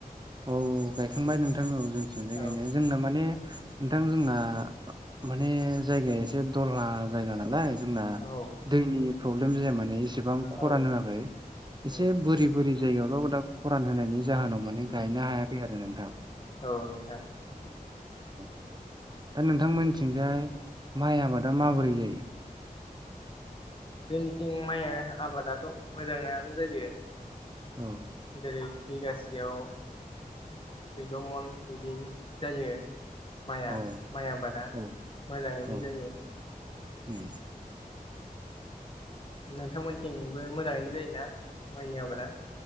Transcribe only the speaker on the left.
औ
औ
औ
उम
उम
औ नोंथां।
जोंनिथिं माइ आबादाथ' मोजाङानो जायो।
जेरै बिगासेयाव सुइद' मन बिदि जायो। माइआ
माइ आबादा
मोजाङैनो
जायो।
नोंथांमोनथिंबो मोजाङैनो जायोना माइनि आबादा।